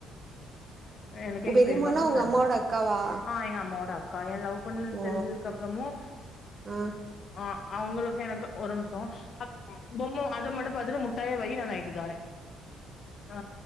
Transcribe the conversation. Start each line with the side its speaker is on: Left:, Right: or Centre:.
Left: எனக்கு எங்க
Right: பெரியம்மானா
Left: பெரியமாக்கு
Right: உங்க
Left: சண்ட
Right: அம்மாவோட அக்காவா
Left: ஆ எங்க அம்மாவோட அ க்கா ஏன் லவ் பண்ண
Right: ஓ
Left: தெரிஞ்சதுக்கு அப்றமு
Right: ஆ
Left: ஆ அவங்களுக்கு எனக்கு ஒரு நிம்ஷோ பொம்ம அது மடப் அதுல முட்டாய வையி நா நைட்டு தாரே ஆ